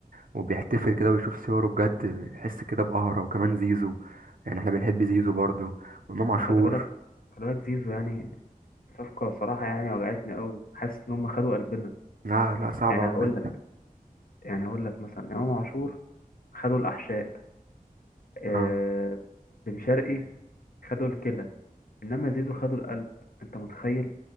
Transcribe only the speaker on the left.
ده. خلي بالك خلي بالك زيزو يعني صفقة صراحة يعني وجعتني قوي حاسس إن هم خدوا قلبنا
يعني
هقول
لك يعني هقول لك مثلا إمام عاشور خدوا الأحشاء آه
بن شرقي خدوا الكلى إنما زيزو خدوا القلب أنت متخيل